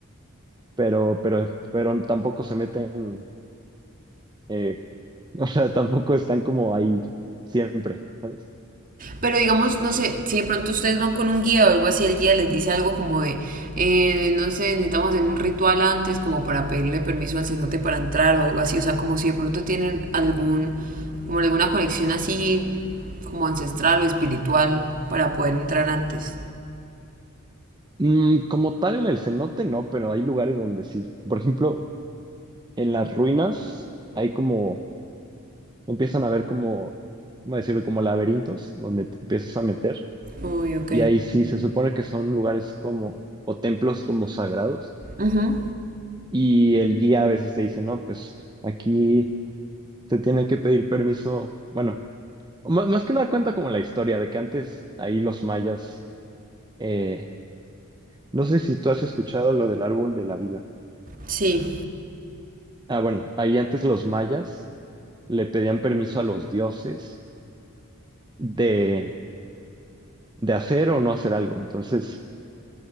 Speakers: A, on the right (about 20°); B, on the right (about 40°).
A: pero, pero, pero tampoco se meten eh, O sea, tampoco están como ahí siempre, ¿sabes?
B: Pero digamos, no sé, si de pronto ustedes van con un guía o algo así, el guía les dice algo como de, eh, no sé, necesitamos hacer un ritual antes como para pedirle permiso al cenote para entrar o algo así. O sea, como si de pronto tienen algún, como alguna conexión así como ancestral o espiritual para poder entrar antes.
A: Mm, como tal en el cenote no, pero hay lugares donde sí. Por ejemplo, en las ruinas hay como, empiezan a ver como, ¿cómo decirlo? Como laberintos donde te empiezas a meter.
B: Uy, ok.
A: Y ahí sí se supone que son lugares como, o templos como sagrados.
B: Ujú.
A: Y el guía a veces te dice, no, pues aquí te tiene que pedir permiso. Bueno, más, más que nada cuenta como la historia de que antes ahí los mayas eh, No sé si tú has escuchado lo del árbol de la vida.
B: Sí,
A: Ah, bueno, ahí antes los mayas le pedían permiso a los dioses de, de hacer o no hacer algo. Entonces,